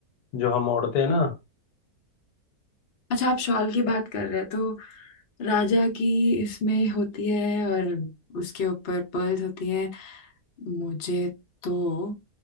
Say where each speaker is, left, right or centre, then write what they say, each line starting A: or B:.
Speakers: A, on the left; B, on the left.
A: जो हम ओढ़ते हैं ना
B: अच्छा आप शॉल की बात कर रहे हैं तो राजा की इसमें होती है और उसके ऊपर पर्ल्स होती है मुझे तो